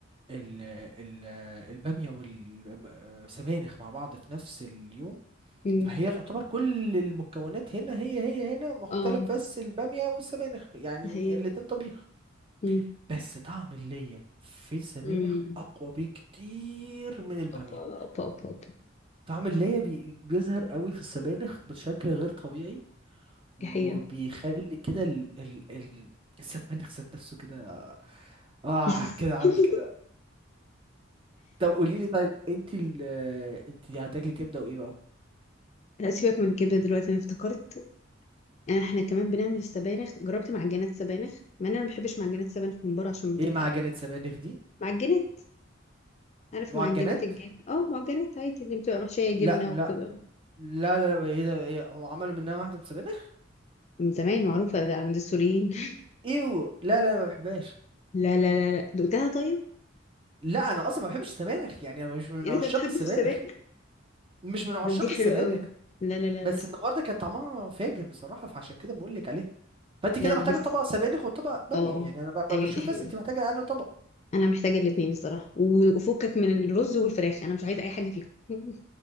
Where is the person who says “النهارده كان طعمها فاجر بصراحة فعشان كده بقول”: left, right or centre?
Right